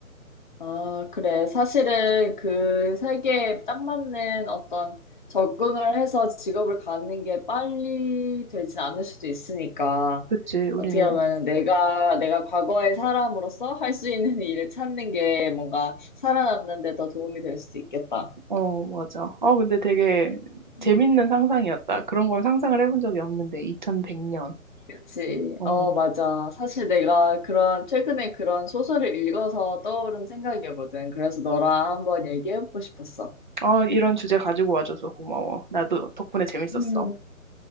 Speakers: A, on the left; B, on the right.
A: 아, 그래. 사실은 그 세계에 딱 맞는 어떤 적응을 해서 직업을 갖는 게 빨리 되진 않을 수도 있으니까.
B: 그치 우리는
A: 어떻게 보면 내가, 내가 과거의 사람으로서 할 수 있는 <laughs> 일을 찾는 게 뭔가 살아남는 데 더 도움이 될 수도 있겠다.
B: 어 맞아. 아 근데 되게
A: 음.
B: 재밌는 상상이었다. 그런 걸 상상을 해본 적이 없는데 2100년.
A: 그치.
B: 어.
A: 어, 맞아. 사실 내가 그런, 최근에 그런 소설을 읽어서 떠오른 생각이거든. 그래서 너랑 한번 얘기해보고 싶었어.
B: 아 이런 주제 가지고 와줘서 고마워. 나도 덕분에 재밌었어.
A: 음,